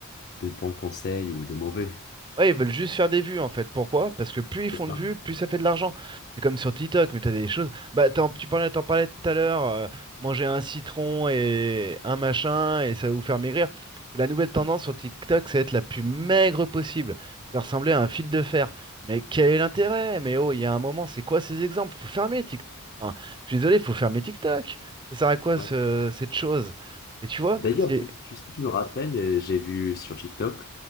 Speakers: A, on the left; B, on the right.
A: de bons conseils ou de mauvais.
B: Ouais, ils veulent juste faire des vues en fait. Pourquoi? Parce que plus ils font
A: C'est ça.
B: de vues, plus ça fait de l'argent. C'est comme sur TikTok, mais t'as des choses. Bah, t'en- tu parlais, t'en parlais tout à l'heure, euh, manger un citron et un machin et ça va vous faire maigrir. C'est la nouvelle tendance sur TikTok, c'est être la plus maigre possible. Ça ressemblait à un fil de fer. Mais quel est l'intérêt? Mais oh, il y a un moment, c'est quoi ces exemples? Faut fermer TikTok. Enfin, je suis désolé, faut fermer TikTok. Ça sert à quoi
A: Ouais.
B: ce- cette chose? Et tu vois,
A: D'ailleurs,
B: c'est.
A: tu, tu- si tu me rappelles, euh, j'ai vu sur TikTok,